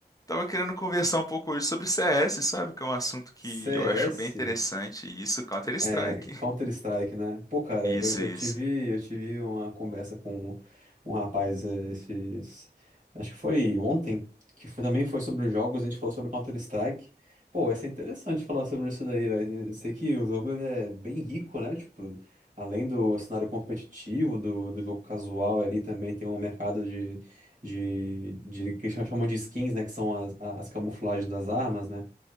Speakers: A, on the left (about 20°); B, on the right (about 45°).
A: tava querendo conversar um pouco hoje sobre CS, sabe? Que é um assunto que
B: CS?
A: eu acho bem interessante. Isso, Counter-Strike.
B: É, Counter-Strike, né? Pô, cara,
A: Isso,
B: eu,
A: isso.
B: eu tive, eu tive uma conversa com um rapaz eh, esses, acho que foi ontem, que foi- também foi sobre jogos, a gente falou sobre Counter-Strike. Pô, vai ser interessante falar sobre isso daí, velho. Eu sei que o jogo ele é bem rico, né? Tipo, além do cenário competitivo, do, do jogo casual ali, também tem um mercado de, de, de que eles chamam de skins, né? Que são as, as camuflagens das armas, né?